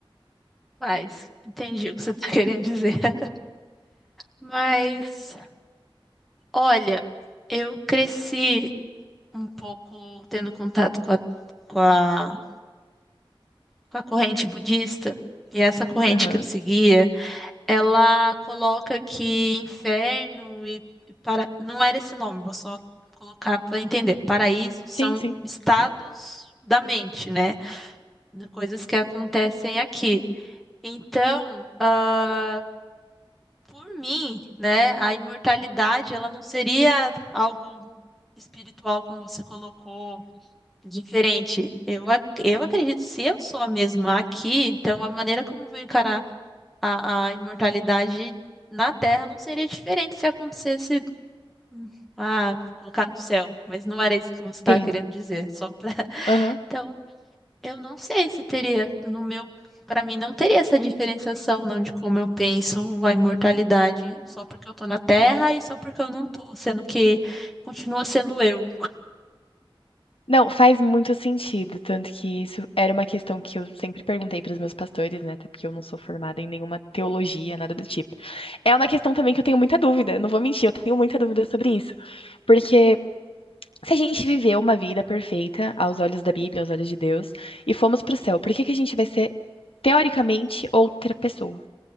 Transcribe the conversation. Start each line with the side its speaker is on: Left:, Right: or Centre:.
Centre: Mas, entendi o que você está querendo dizer. <laughs> Mas, olha, eu cresci um pouco tendo contato com a, com a, com a corrente budista, e essa corrente
Left: Aham.
Centre: que eu seguia. Ela coloca que inferno e, e para... Não era esse nome, vou só colocar para entender. Paraíso são
Left: Sim, sim.
Centre: estados da mente, né? De Coisas que acontecem aqui. Então, ah, por mim, né, a imortalidade, ela não seria algo espiritual, como você colocou, diferente. Eu, ac- eu acredito, se eu sou a mesma aqui, então a maneira como eu vou encarar a, a imortalidade na Terra não seria diferente se acontecesse, hum, ah, colocar no céu, mas não era isso que você estava
Left: Sim.
Centre: querendo dizer, só pra... <laughs>
Left: Aham.
Centre: Então, eu não sei se teria, no meu, para mim não teria essa diferenciação não de como eu penso a imortalidade, só porque eu tô na Terra e só porque eu não tô, sendo que continua sendo eu.
Left: Não, faz muito sentido, tanto que isso era uma questão que eu sempre perguntei para os meus pastores, né? Até porque eu não sou formada em nenhuma teologia, nada do tipo. É uma questão também que eu tenho muita dúvida, não vou mentir, eu tenho muita dúvida sobre isso. Porque se a gente viveu uma vida perfeita aos olhos da Bíblia, aos olhos de Deus, e fomos para o céu, por que que a gente vai ser, teoricamente, outra pessoa?